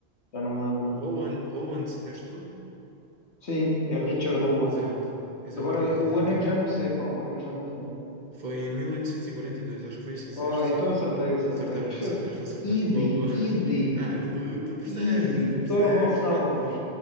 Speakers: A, on the left (about 80°); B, on the right (about 45°).
A: Já não me lembro.
B: O Owen, Owen, disseste tu?
A: Sim, é Richard Owen.
B: Exato, exatamente,
A: Agora, o
B: exatamente.
A: ano é que já não sei, pá. O ano é que já não sei.
B: Foi em mil oitocentos e e quarenta e dois, acho que foi isso que disseste,
A: Oh, então
B: sim.
A: acertei, acertei.
B: Acertaste,
A: <laughs> Pff,
B: acertaste, acertaste.
A: Easy,
B: Boa, boa.
A: easy,
B: <laughs> Não, tu, tu percebes,
A: easy.
B: não, tu percebes.
A: Torvossauros.
B: <laughs>